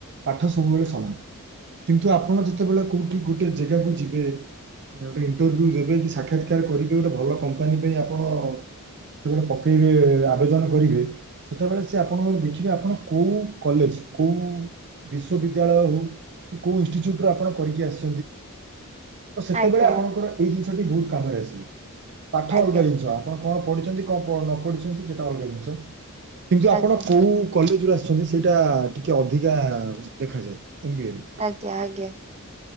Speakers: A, on the right; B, on the right.
A: ପାଠ ସବୁବେଳେ ସମାନ କିନ୍ତୁ ଆପଣ ଯେତେବେଳେ କୋଉଠି ଗୋଟେ ଜାଗାକୁ ଯିବେ। ଗୋଟେ ଇଣ୍ଟରଭ୍ୟୁ ଦେବେ କି ସାକ୍ଷାତକାର କରିବେ ଗୋଟେ ଭଲ କମ୍ପାନୀ ପାଇଁ ଆପଣ ସେତେବେଳେ ପକେଇବେ ଆବେଦନ କରିବେ ସେତେବେଳେ ସେ ଆପଣଙ୍କ ଦେଖିବେ ଆପଣ କୋଉ କଲେଜ କୋଉ ବିଶ୍ଵବିଦ୍ୟାଳୟ ହଉ କି କୋଉ ଇନଷ୍ଟିଚ୍ୟୁଟ ରୁ ଆପଣ କରିକି ଆସ
B: ଆଜ୍ଞା
A: <inaudible> ସେତେବେଳେ ଆପଣଙ୍କର ଏଇ ଜିନିଷ ବହୁତ କାମରେ ଆସିବ। ପାଠ
B: ଆଜ୍ଞା।
A: ଅଲଗା ଜିନିଷ ଆପଣ କଣ ପଢିଛନ୍ତି କଣ ନ ପଢିଛନ୍ତି ସେଟା ଅଲଗା ଜିନିଷ। କିନ୍ତୁ ଆପଣ
B: ଆଜ୍ଞା
A: କୋଉ କଲେଜୁ ଆସୁଛନ୍ତି ସେଇଟା ଟିକେ ଅଧିକା ଦେଖାଯାଏ ଏମ୍ବଏରେ।
B: ଆଜ୍ଞା ଆଜ୍ଞା।